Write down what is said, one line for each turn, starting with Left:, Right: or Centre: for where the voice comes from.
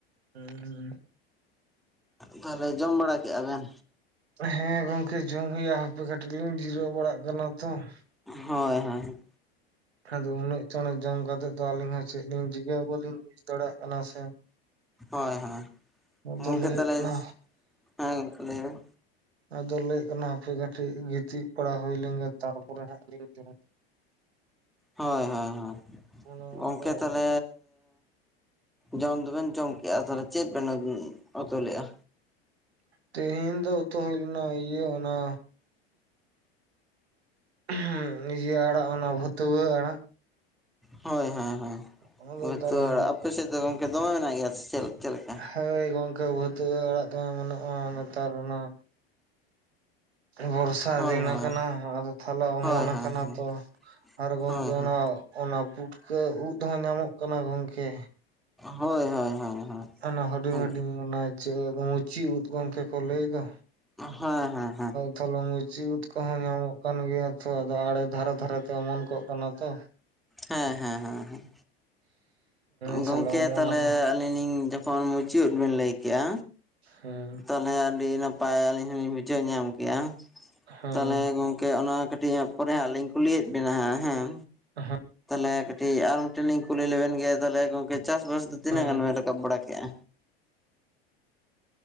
Right: ᱦᱩᱸ
Centre: ᱛᱟᱦᱚᱞᱮ ᱡᱚᱢ ᱵᱟᱲᱟ ᱠᱮᱜᱼᱟ ᱵᱮᱱ?
Right: ᱦᱮᱸ ᱜᱚᱝᱠᱮ ᱡᱚᱢ ᱦᱩᱭᱩᱜᱼᱟ ᱦᱟᱯᱮ ᱠᱟᱹᱴᱤᱡ ᱞᱤᱧ ᱡᱤᱨᱟᱹᱣ ᱵᱟᱲᱟᱜ ᱠᱟᱱᱟ ᱛᱚ ᱾
Centre: ᱦᱳᱭ ᱦᱳᱭ
Right: ᱟᱫᱚ ᱩᱱᱟᱹᱜ ᱪᱟᱸᱬᱮ ᱡᱚᱢ ᱠᱟᱛᱮᱜ ᱫᱚ ᱟᱹᱞᱤᱧ ᱦᱚᱸ ᱪᱮᱫ ᱞᱤᱧ ᱪᱤᱠᱟᱹᱭᱟ ᱵᱟᱹᱞᱤᱧ ᱵᱩᱡᱽ ᱫᱟᱲᱮᱭᱟᱜ ᱠᱟᱱᱟ ᱥᱮ᱾
Centre: ᱦᱳᱭ ᱦᱳᱭ
Right: ᱟᱫᱚ
Centre: ᱜᱚᱝᱠᱮ
Right: ᱞᱟᱹᱭ ᱦᱩᱭᱩᱜ
Centre: ᱛᱟᱦᱞᱮ,
Right: ᱠᱟᱱᱟ
Centre: ᱦᱮᱸ ᱜᱚᱝᱠᱮ ᱞᱟᱹᱭ ᱵᱮᱱ᱾
Right: ᱟᱫᱚ ᱞᱟᱹᱭᱚ ᱠᱟᱱᱟ ᱦᱟᱯᱮ ᱠᱟᱹᱴᱤᱡ ᱜᱤᱛᱤᱡ ᱯᱟᱲᱟ ᱦᱩᱭ ᱞᱮᱱ ᱜᱮ ᱛᱟᱨᱯᱚᱨᱮ ᱦᱟᱸᱜ ᱞᱤᱧ ᱡᱚᱢ᱾
Centre: ᱦᱳᱭ ᱦᱳᱭ ᱦᱳᱭ
Right: ᱚᱱᱮ
Centre: ᱜᱚᱝᱠᱮ
Right: ᱚᱱᱠᱟ
Centre: ᱛᱟᱞᱦᱮ ᱡᱚᱢ ᱫᱚᱵᱮᱱ ᱡᱚᱢ ᱠᱮᱜᱼᱟ ᱛᱟᱞᱦᱮ ᱪᱮᱫ ᱵᱮᱱ ᱟᱵᱩᱱ ᱩᱛᱩ ᱞᱮᱫᱼᱟ?
Right: ᱛᱮᱦᱮᱧ ᱫᱚ ᱩᱛᱩ ᱦᱩᱭ ᱞᱮᱱᱟ ᱤᱭᱟᱹ ᱚᱱᱟ ᱦᱩᱸ ᱤᱭᱟᱹ ᱟᱲᱟᱜ ᱚᱱᱟ ᱵᱷᱟᱹᱛᱩᱣᱟᱹ ᱟᱲᱟᱜ᱾
Centre: ᱦᱳᱭ ᱦᱮᱸ ᱦᱮᱸ,
Right: ᱚᱱᱟ
Centre: ᱵᱷᱟᱹᱛᱩᱣᱟᱹ
Right: ᱫᱚᱞᱟᱱ
Centre: ᱟᱲᱟᱜ ᱟᱯᱮ ᱥᱮᱫ ᱫᱚ ᱜᱚᱝᱠᱮ ᱫᱚᱢᱮ ᱢᱮᱱᱟᱜ ᱜᱮᱭᱟ ᱥᱮ ᱪᱮᱞ ᱪᱮᱫ ᱞᱮᱠᱟ?
Right: ᱦᱳᱭ ᱜᱚᱝᱠᱮ ᱵᱷᱟᱹᱛᱩᱣᱟᱹ ᱟᱲᱟᱜ ᱫᱚ ᱢᱮᱱᱟᱜᱼᱟ ᱱᱮᱛᱟᱨ ᱚᱱᱟ ᱵᱚᱨᱥᱟ
Centre: ᱦᱳᱭ
Right: ᱫᱤᱱ
Centre: ᱦᱳᱭ
Right: ᱟᱠᱟᱱᱟ ᱟᱫᱚ ᱛᱟᱦᱞᱮ ᱚᱢᱚᱱ
Centre: ᱦᱳᱭ ᱦᱳᱭ
Right: ᱟᱠᱟᱱᱟ ᱛᱚ᱾ ᱟᱨ ᱜᱚᱝᱠᱮ
Centre: ᱦᱳᱭ ᱦᱳᱭ
Right: ᱚᱱᱟ ᱚᱱᱟ ᱯᱩᱴᱠᱟᱹ ᱩᱫ ᱦᱚᱸ ᱧᱟᱢᱚᱜ ᱠᱟᱱᱟ ᱜᱚᱝᱠᱮ᱾
Centre: ᱦᱳᱭ ᱦᱳᱭ ᱦᱳᱭ᱾
Right: ᱚᱱᱟ ᱦᱩᱰᱤᱧ
Centre: ᱦᱮᱸ ᱦᱮᱸ
Right: ᱦᱩᱰᱤᱧ ᱚᱱᱟ ᱪᱮᱫ ᱢᱩᱪᱤ ᱩᱫ ᱜᱚᱝᱠᱮ ᱠᱚ ᱞᱟᱹᱭ ᱫᱚ᱾
Centre: ᱦᱮᱸ ᱦᱮᱸ ᱦᱮᱸ᱾
Right: ᱛᱷᱚᱞᱚ ᱢᱩᱪᱤ ᱩᱫ ᱠᱚᱦᱚᱸ ᱧᱟᱢᱚᱜ ᱠᱟᱱ ᱜᱮᱭᱟ ᱛᱚ ᱟᱫᱚ ᱟᱲᱮ ᱫᱷᱟᱨᱮ ᱫᱷᱟᱨᱮ ᱛᱮ ᱚᱢᱚᱱ ᱠᱚᱜ ᱠᱟᱱᱟ ᱛᱚ᱾
Centre: ᱦᱮᱸ ᱦᱮᱸ ᱦᱮᱸ ᱦᱮᱸ,
Right: ᱛᱟᱦᱚᱞᱮ
Centre: ᱜᱚᱝᱠᱮ
Right: ᱚᱢᱚᱱ
Centre: ᱛᱟᱞᱦᱮ
Right: ᱟᱠᱟᱱᱟ
Centre: ᱟᱞᱤᱧ ᱞᱤᱧ ᱡᱚᱠᱷᱚᱱ ᱢᱩᱪᱤ ᱩᱫ ᱵᱮᱱ ᱞᱟᱹᱭ ᱠᱮᱜᱼᱟ,
Right: ᱦᱮᱸ
Centre: ᱛᱟᱦᱚᱞᱮ ᱟᱹᱰᱤ ᱱᱟᱯ ᱯᱟᱭ ᱟᱹᱞᱤᱧ ᱦᱚᱸᱞᱤᱧ ᱵᱩᱡᱷᱟᱹᱣ ᱧᱟᱢ ᱠᱮᱜᱼᱟ,
Right: ᱦᱮᱸ
Centre: ᱛᱟᱦᱚᱞᱮ ᱜᱚᱝ ᱠᱮ ᱚᱱᱟ ᱠᱟᱹᱴᱤᱡ ᱦᱟᱸᱜ ᱯᱚᱨᱮ ᱦᱟᱸᱜ ᱞᱤᱧ ᱠᱩᱞᱤᱭᱮᱫ ᱵᱤᱱᱟ ᱦᱟᱸᱜ ᱦᱮᱸ᱾
Right: <inaudible>
Centre: ᱞᱮ ᱠᱟᱹᱴᱤᱡ ᱟᱨ ᱢᱤᱫᱴᱮᱱ ᱞᱤᱧ ᱠᱩᱞᱤ ᱞᱮᱵᱮᱱ ᱜᱮ ᱛᱟᱞᱦᱮ ᱜᱚᱝᱠᱮ ᱪᱟᱥᱵᱟᱥ ᱫᱚ ᱛᱤᱱᱟᱹᱜ
Right: ᱦᱮᱸ
Centre: ᱜᱟᱱ ᱵᱮᱱ ᱨᱟᱠᱟᱵ ᱵᱟᱲᱟ ᱠᱮᱫᱼᱟ?